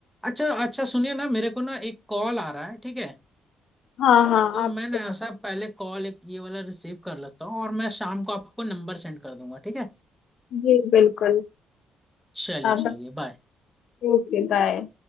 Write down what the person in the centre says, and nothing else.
अच्छा अच्छा सुनिए ना मेरे को ना एक कॉल आ रहा है ठीक है
तो
मैं ना ऐसा पहले कॉल एक ये वाला रिसीव कर लेता हूँ और मैं शाम को आपको नंबर सेंड कर दूंगा ठीक है
चलिए
चलिए बाय